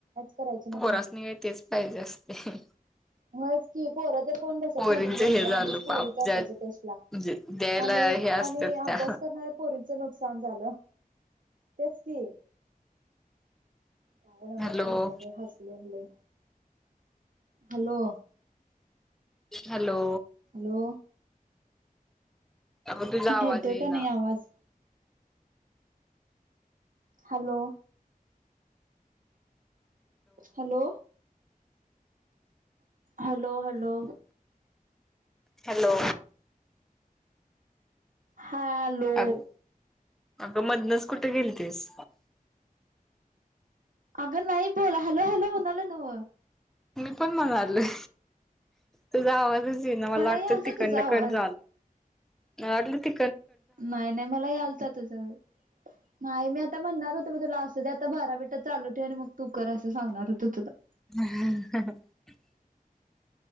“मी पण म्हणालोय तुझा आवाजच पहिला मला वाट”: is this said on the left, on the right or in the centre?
Centre